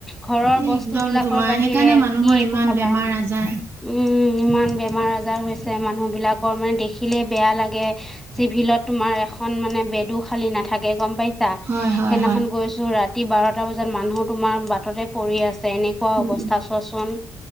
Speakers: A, in the centre; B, on the right.
A: ঘৰৰ
B: এই
A: বস্তুবিলাকৰ
B: একদম তোমাৰ
A: বাহিৰে
B: সেইকাৰণে মানুহৰ
A: কি একো
B: ইমান
A: খাবা?
B: বেমাৰ আজাৰ
A: উম, ইমান বেমাৰ-আজাৰ হৈছে মানুহ বিলাকৰ মানে দেখিলে বেয়া লাগে। চিভিলত তোমাৰ এখন মানে বেডো খালী নাথাকে গম পাইছা
B: হয়
A: সেইদিনাখন
B: হয় হয়।
A: গৈছো ৰাত ৰাতি বাৰটা বজাত মানুহ তোমাৰ বাটতে পৰি আছে এনেকুৱা
B: উম
A: অৱস্থা চোৱাচোন